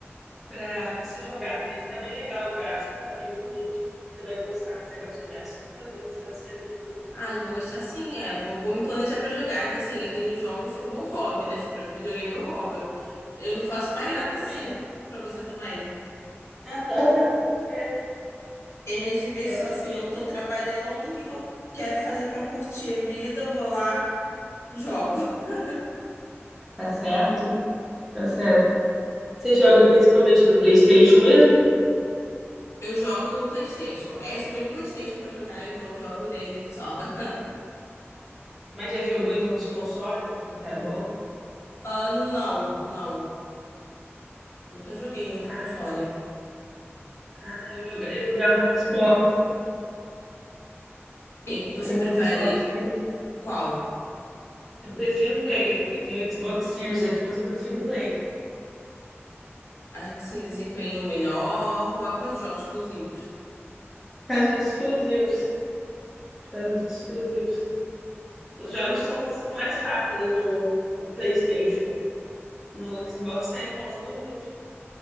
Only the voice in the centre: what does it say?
pra você jogar. Ele tá bem legal, o gráfico tá bem bonito. Você vai gostar, se você gosta de Last of Us, vai gostar do Silent Hill.
Pra
mim também
é.
Aham. É,
é, pra
mim
é.
Tá certo? Tá certo. Você joga principalmente no PlayStation mesmo?
Mas já jogou em outros consoles, no computador?
Ah,
ah, eu joga- eu jogava no Xbox.
Eu
tenho
um Xbox Series.
Eu prefiro o Play. Eu tenho o Xbox Series aqui, mas eu prefiro o Play.
Por causa dos exclusivos. Por causa dos exclusivos. Os jogos estão lançando mais rápido no, no PlayStation. No Xbox tá enrolando muito.